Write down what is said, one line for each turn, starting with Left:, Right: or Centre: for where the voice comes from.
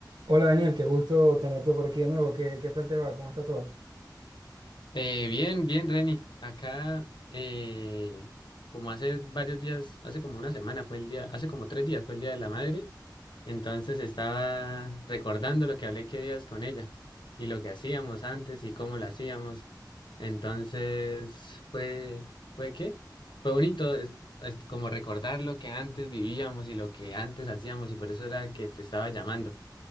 Right: Hola Daniel, qué gusto tenerte por aquí de nuevo. ¿Qué, qué tal te va? ¿Cómo está todo?
Left: Eh, bien, bien, Reni. Acá, eh, como hace varios días, hace como una semana fue el día, hace como tres días fue el Día de la Madre, entonces estaba recordando lo que hablé que días con ella y lo que hacíamos antes y cómo lo hacíamos. Entonces, fue, ¿fue qué? Fue bonito, es, es como recordar lo que antes vivíamos y lo que antes hacíamos y por eso era que te estaba llamando